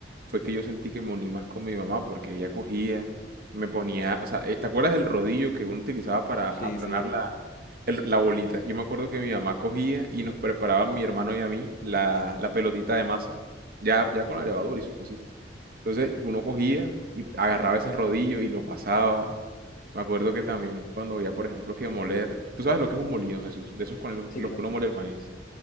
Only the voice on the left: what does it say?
Sí,
sí,
sí,
claro.